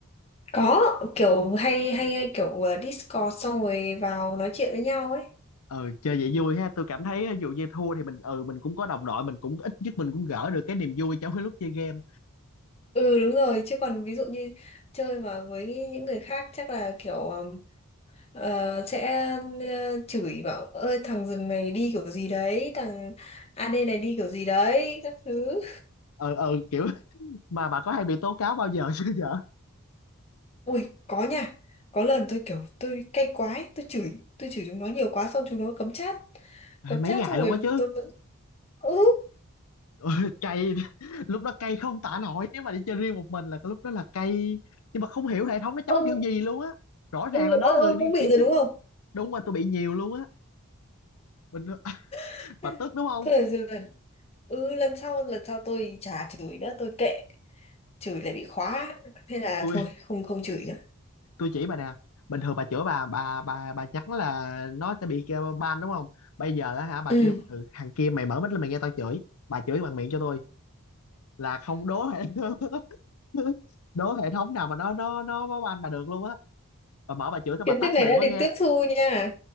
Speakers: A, on the left (about 30°); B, on the left (about 80°).
A: Có kiểu hay hay, hay kiểu ờ, Discord xong rồi vào nói chuyện với nhau ấy.
B: ừ chơi vậy vui ha tôi cảm thấy ví dụ như thua thì mình ừ mình cũng có đồng đội mình cũng ít nhất mình cũng gỡ được cái niềm vui trong cái lúc chơi game
A: Ừ đúng rồi, chứ còn ví dụ như chơi mà với những người khác chắc là kiểu Ờ, sẽ ờ, chửi bảo ơi thằng rừng này đi kiểu gì đấy thằng AD này đi kiểu gì đấy các thứ
B: ờ ừ kiểu mà bà có hay bị tố cáo bao giờ chưa vợ
A: ui có nha có lần tôi kiểu tôi cay quá ấy, tôi chửi tôi chửi chúng nó nhiều quá xong chúng nó cấm chat cấm
B: Ê, mấy
A: chat
B: ngày
A: xong rồi
B: luôn quá chứ
A: tôi vẫn ừ
B: Ôi, cay <laughs> lúc đó cay không tả nổi nếu mà đi chơi riêng một mình là cái lúc đó là cay nhưng mà không hiểu hệ thống nó chấm
A: ông
B: kiểu gì luôn á rõ ràng
A: ừ,
B: là nó
A: ông
B: là người
A: ông
B: đi
A: cũng bị
B: khiêu
A: rồi
B: khích
A: đúng không
B: đúng mà tôi bị nhiều luôn á bình <laughs>
A: <laughs>
B: bà
A: thôi
B: tức đúng không
A: được rồi dần ừ lần sau lần sau tôi chả chửi nữa tôi kệ chửi lại bị khóa thế là
B: tôi
A: thôi không không chửi nữa
B: tôi chỉ bà nè bình thường bà chửi bà bà bà bà nhắn là nó sẽ bị kêu ban đúng không bây giờ á hả bà
A: ừ
B: kêu "Ừ, thằng kia mày mở mic lên mày nghe tao chửi bà chửi bằng miệng cho tôi là không đố hệ <laughs> đố hệ thống nào mà nó nó nó ban bà được luôn á bà mở bà chửi xong
A: kiến
B: bà tắt
A: thức này
B: bà đừng
A: đã
B: có
A: được
B: nghe
A: tiếp thu nha